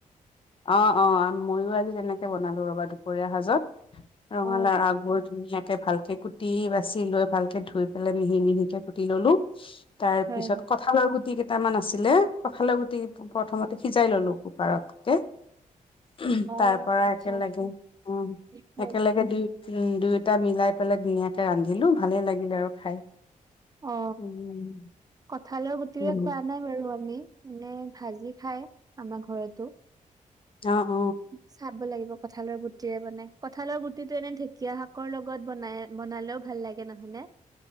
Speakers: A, on the left (about 40°); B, on the right (about 25°).
A: অ-অ-অ, মইয়ো আজি তেনেকে বনালো ৰবা, দুপৰীয়া সাজত ৰঙালাও
B: অ
A: আগবোৰ ধুনীয়াকে ভালকে কুটি বাচি লৈ, ভালকে ধুই পেলাই, মিহি-মিহিকে কুটি ললো। তাৰ
B: হয়
A: পিছত
B: হয়
A: কঠালৰ গুটি কেইটামান আছিলে, কঠালৰ গুটি প্ৰথমতে সিজ সিজাই ললো, কুকাৰত গৈ
B: অ
A: তাৰ পৰা
B: আচ্ছা
A: একেলগে,
B: আচ্ছা
A: উম,
B: হয়
A: একেলগে দিওঁ উম, দুয়োটা মিলাই পেলাই ধুনীয়াকে ৰান্ধিলো, ভালেই লাগিলে আৰু খাই।
B: অ,
A: উম
B: কঠালৰ গুটিৰে
A: উম,
B: খোৱা নাই বাৰু আমি, মানে ভাজি খাই, আমাৰ ঘৰতো
A: অ অ
B: চাব লাগিব, কঠালৰ গুটিৰে বনাই। কঁঠালৰ গুটিটো এনে ঢেকীয়া শাকৰ লগত বনাই-বনালেও ভাল লাগে, নহয় নে